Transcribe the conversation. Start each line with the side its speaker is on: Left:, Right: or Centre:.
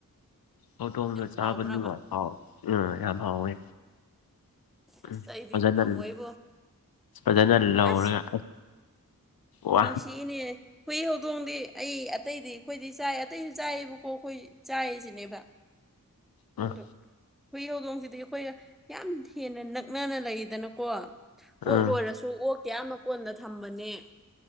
Left: ꯑꯣꯇꯣꯝꯗ
Centre: ꯌꯥꯝ
Left: ꯆꯥꯕ
Centre: ꯍꯥꯎꯕ꯭ꯔꯕ
Left: ꯅꯨꯡꯉꯥꯏ ꯍꯥꯎ ꯎꯝ ꯌꯥꯝ ꯍꯥꯎꯋꯦ
Centre: ꯑꯁ
Left: ꯎꯝ
Centre: ꯑꯩꯗꯤ
Left: ꯐꯖꯅꯥ
Centre: ꯉꯝꯃꯣꯏꯕꯣ
Left: ꯐꯖꯅꯥ ꯂꯧꯔꯒ
Centre: ꯑꯁ
Left: ꯋꯥ
Centre: ꯅꯨꯡꯁꯤꯅꯦ ꯍꯨꯏ ꯍꯧꯗꯣꯡꯗꯤ ꯑꯩ ꯑꯇꯩꯗꯤ ꯑꯩꯈꯣꯏꯗꯤ ꯆꯥꯏ ꯑꯇꯩꯁꯨ ꯆꯥꯏꯌꯦꯕꯀꯣ ꯑꯩꯈꯣꯏ ꯆꯥꯏꯔꯤꯁꯤꯅꯦꯕ
Left: ꯎꯝ
Centre: ꯑꯗ ꯍꯨꯏ ꯍꯧꯗꯣꯡꯁꯤꯗꯤ ꯑꯩꯈꯣꯏ ꯌꯥꯝ ꯍꯦꯟꯅ ꯅꯛꯅꯅ ꯂꯩꯗꯅꯀꯣ ꯑꯣꯛ
Left: ꯎꯝ
Centre: ꯂꯣꯏꯔꯁꯨ ꯑꯣꯛ ꯀꯌꯥꯝ ꯃꯀꯣꯟꯗ ꯊꯝꯕꯅꯦ